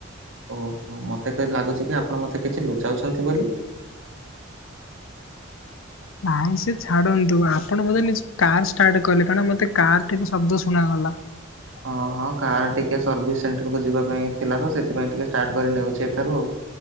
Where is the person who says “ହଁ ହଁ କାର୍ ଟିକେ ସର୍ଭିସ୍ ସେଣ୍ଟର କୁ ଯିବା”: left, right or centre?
Right